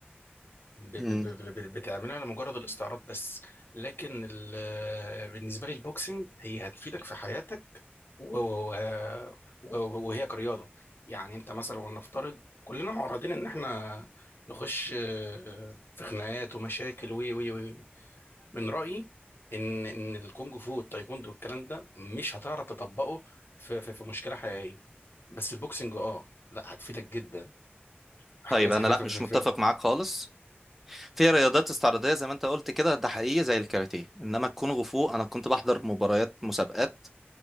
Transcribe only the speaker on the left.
ب- ب-
ب- ب- بتعملها لمجرد الاستعراض بس لكن ال- آه، بالنسبه لي البوكسنج هي هتفيدك في حياتك و- و- و- وهي كرياضه يعني انت مثلا ولنفترض كلنا معرضين ان احنا نخش آه، في خناقات ومشاكل و و و من رايي ان ان الكونج فو والتايكوندو والكلام ده مش هتعرف تطبقه في في في مشكله حقيقيه بس البوكسنج اه لا هتفيدك جدا حاجه
زي
في
في
في
في-